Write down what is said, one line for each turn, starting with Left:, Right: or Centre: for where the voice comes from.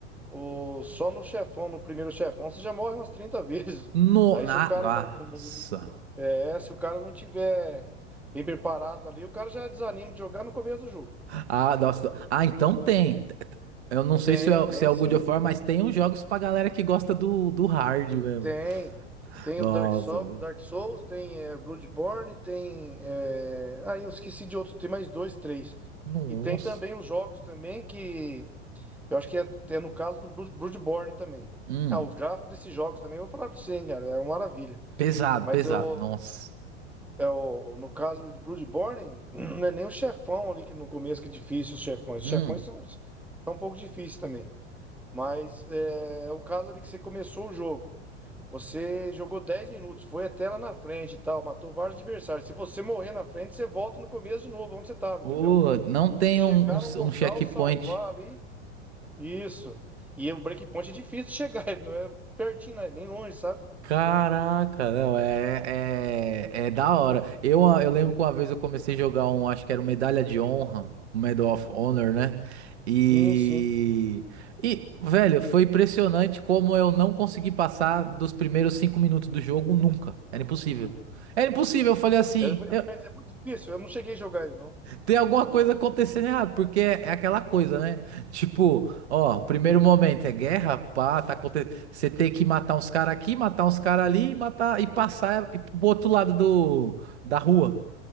Centre: O, só no chefão, no primeiro chefão, você já morre umas 30 vezes.
Right: no,
Centre: Aí
Right: na,
Centre: se o cara
Right: nossa.
Centre: não é, se o cara não tiver bem preparado ali, o cara já desanima de jogar no começo do jogo.
Right: Ah, nossa. Ah, então tem. Eu não sei
Centre: Tem,
Right: se é,
Centre: tem
Right: se é o
Centre: sim.
Right: God of War, mas tem uns jogos pra galera que gosta do, do hard mesmo.
Centre: Tem. Tem
Right: Nossa,
Centre: o Dark soul
Right: velho.
Centre: Dark Souls, tem é, Bloodborne, tem. É... Aí eu esqueci de outro, tem mais dois, três.
Right: Nossa.
Centre: E tem também os jogos também que. Eu acho que é, é no caso do Blood- Bloodborne também.
Right: Hum,
Centre: Ah, o gráfico desses jogos também, eu vou falar pra você, hein, cara, é uma maravilha.
Right: pesado,
Centre: Mas
Right: pesado.
Centre: eu,
Right: Nossa.
Centre: É o, no caso ali do Bloodborne, <clears throat> não é nem o chefão ali que no começo que é difícil, os chefões.
Right: Hum.
Centre: Os chefões são, são um pouco difíceis também. Mas é o caso ali que você começou o jogo. Você jogou 10 minutos, foi até lá na frente e tal, matou vários adversários. Se você morrer na frente, você volta no começo de novo, onde você tava,
Right: Pô,
Centre: entendeu?
Right: não tem
Centre: Tem que chegar
Right: um, um,
Centre: num local,
Right: um checkpoint.
Centre: salvar ali. Isso. E o breakpoint é difícil de chegar, <laughs> não é pertinho, não, é bem longe, sabe?
Right: Caraca, não, é, é, é é da hora. Eu, ah, eu lembro que uma vez eu comecei a jogar um, acho que era o Medalha de Honra, o Medal of Honor, né? E,
Centre: Sim, sim.
Right: e, velho, foi impressionante como eu não consegui passar dos primeiros cinco minutos do jogo nunca. Era impossível. Era impossível, eu falei assim.
Centre: É- mas é muito difícil, eu não cheguei a jogar ele, não.
Right: Tem alguma coisa acontecendo errado, porque é, é aquela coisa, né? Tipo, ó, primeiro momento é guerra, pá, tá acontecendo. Você tem que matar uns caras aqui, matar uns caras ali, e matar e passar e ir pro outro lado do, da rua.